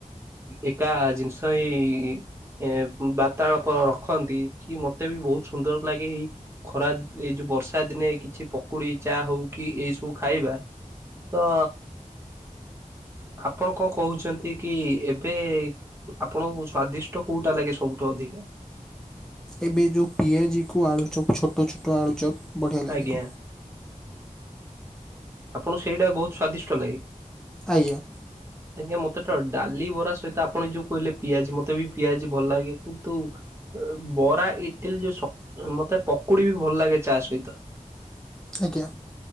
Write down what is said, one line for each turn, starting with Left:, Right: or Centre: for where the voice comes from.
Right: ଏକା ଜିନିଷ ଏଇ। ଏ ବାର୍ତ୍ତାଳାପ ରଖନ୍ତି କି ମତେ ବି ବହୁତ ସୁନ୍ଦର ଲାଗେ ଏଇ। ଖରା ଏଇ ଯୋଉ ବର୍ଷା। ଖରାଦିନେ କିଛି ପକୁଡି ଚା ହଉ କି ଏଇ ସବୁ ଖାଇବା ତ। ଆପଣ କଣ କହୁଛନ୍ତି କି ଏବେ। ଆପଣଙ୍କୁ ସ୍ଵାଦିଷ୍ଟ କୋଉଟା ଲାଗେ ସବୁଠୁ ଅଧିକା।
Centre: ଏବେ ଯୋଉ ପିଆଜିକୁ ଆଳୁଚପ୍ ଛୋଟ ଛୋଟ ଆଳୁଚପ୍ ବଢ଼ିଆ ଲାଗେ।
Right: ଆଜ୍ଞା ଆପଣଙ୍କୁ ସେଇଟା ବହୁତ ସ୍ଵାଦିଷ୍ଟ ଲାଗେ।
Centre: ଆଜ୍ଞା।
Right: ଆଜ୍ଞା ମତେ ତ ଡାଲି ବରା ସହିତ ଆପଣ ଯୋଉ କହିଲେ ପିଆଜି ମତେ ବି ପିଆଜି ଭଲ ଲାଗେ। କିନ୍ତୁ ଅ ବରା ଇଟିଲ ଯୋଉ ସ ମତେ ପକୁଡି ବି ଭଲ ଲାଗେ। ଚା ସହିତ
Centre: ଆଜ୍ଞା।